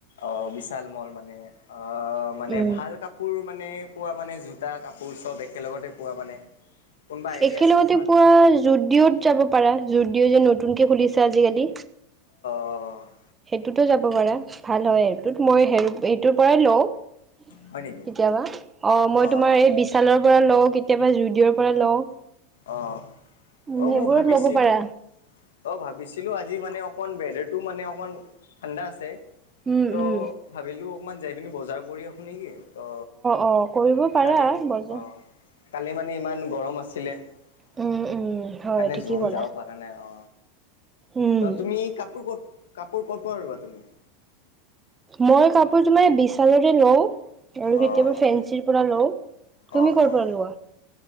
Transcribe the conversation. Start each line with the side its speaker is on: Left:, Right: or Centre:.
Left: অ বিশাল মল মানে অ মানে
Right: উম
Left: ভাল কাপোৰ মানে পোৱা মানে জোতা, কাপোৰ চব একেলগতে পোৱা মানে। কোনোবা আইডিয়া
Right: একেলগতে
Left: আছে তোমাৰ?
Right: পুৱা জুডিঅ'ত যাব পাৰা জুদিঅ' যে নতুনকে খুলিছে আজিকালি।
Left: অঁ।
Right: সেইটোতো যাব পাৰা ভাল হয় সেইটো মই সেইটোৰ পৰাই লও। কেতিয়াবা
Left: হয় নেকি?
Right: অ মই
Left: অঁ
Right: তোমাৰ এই বিশালৰ পৰা লওঁ কেতিয়াবা জুডিঅ'ৰ পৰা লওঁ।
Left: অ,
Right: উম
Left: অ
Right: সেইবোৰত
Left: মই ভাবিছিলো
Right: ল'ব পাৰা
Left: অ ভাবিছিলো আজি মানে অকণমান ৱেডাৰটো মানে অকণমান ঠাণ্ডা আছে
Right: উম
Left: ত'
Right: উম
Left: ভাবিলোঁ অকণমান যাই পিনি বজাৰ কৰি আহোঁ নেকি। অ,
Right: অ কৰিব পাৰা
Left: কালি
Right: বজাৰ
Left: অ, কালি মানে ইমান গৰম আছিলে সেইকাৰণে
Right: উম, উম, হয় ঠিকেই
Left: জোৰ
Right: ক'লা।
Left: যাব পৰা নাই অ।
Right: উম,
Left: ত তুমি কাপোৰ ক'ত কাপোৰ ক'ত পৰা লবা তুমি?
Right: মই কাপোৰ তো মানে বিশালতে লওঁ আৰু
Left: অ'
Right: কেতিয়াবা ফেঞ্চিৰ পৰা লওঁ। তুমি
Left: অ'
Right: কৰ
Left: অ'
Right: পৰা লোৱা?